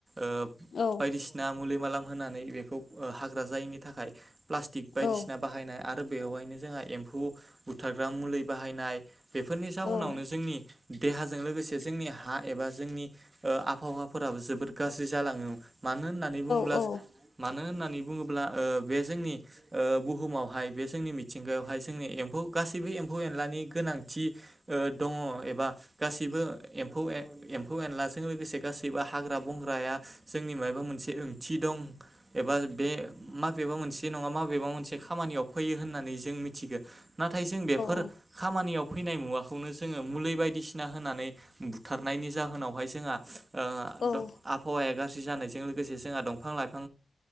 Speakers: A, on the right; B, on the left.
A: ओ-बायदिसिना
B: औ
A: मुलि माला। होनानै बेखौ हाग्रा जायिनि थाखाय। प्लास्टिक बायदिसिना
B: औ
A: बाहायनाय आरो बेवहायनो जोंहा एम्फौ। बुथारग्रा मुलि बाहायनाय। बेफोरनि जाउनावनो
B: औ औ
A: जोंनि देहा। जों लोगोसे जोंनि हा एबा जोंनि ओ आबहावाफोराबो जोबोद गाज्रि जालाङो मानो होननानै बुङोब्ला
B: औ औ
A: मानो मानो होननानै बुङोब्ला ओ बे जोंनि ओ बुहुमावहाय बे जोंनि मि थिंगायावहाय जोंनि एम्फौ गासैबो एम्फौ एनलानि गोनांथि ओ दङ एबा गासैबो एम्फौ ए एम्फौ एनलाजों लोगोसे गासैबो हाग्रा बंग्राया जोंनि माबबा मोनसे ओंथि दं एबा बे माबेबा मोनसे नङा माबेबा मोनसे खामानियाव सफैयो होननानै जों मिथिगोन। नाथाय जों बेफोर
B: औ
A: खामानियाव फैनाय मुवाखौनो जोङो मुलि बायदिसिना होनानै बुथारनायनि जाहोनावहाय जोंहा ओ
B: औ
A: दा आबहावाया गास जानायजों लोगोसे जोंहा दंफां लाइ